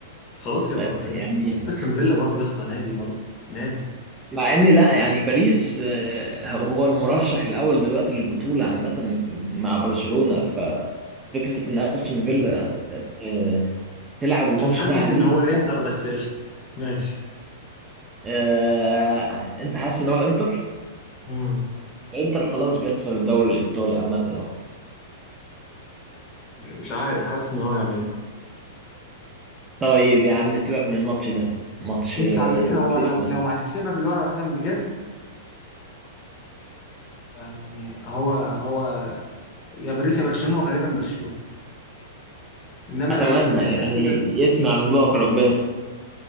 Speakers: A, on the left (about 35°); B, on the right (about 20°).
A: خلاص كده
B: آه،
A: في الطياره
B: يعني
A: استون فيلا برضه يا اسطى نادي برضه نادي
B: مع ان لا يعني باريس آه، هو المرشح الاول دلوقتي للبطوله عامه مع برشلونه ففكره ان استون
A: أيوة.
B: فيلا آه، تلعب الماتش
A: انا حاسس
B: ده عليه
A: ان هو الانتر
B: لا
A: بس قشطه ماشي
B: آه، انت حاسس ان هو الانتر
A: مم.
B: الانتر خلاص بيخسر الدوري الايطالي عامه اهو
A: مش عارف حاسس ان هو يعملها
B: طيب يا عم سيبك من الماتش ده ماتش
A: بس
B: آه،
A: على فكرة هو
B: باريس
A: لو
B: ده
A: لو هتحسبها بالورقة والقلم بجد يعني هو هو يا باريس يا برشلونة وغالبا برشلونة انما
B: اتمنى
A: لو بالإحساس
B: يعني
A: كده
B: يسمع من بوك ربنا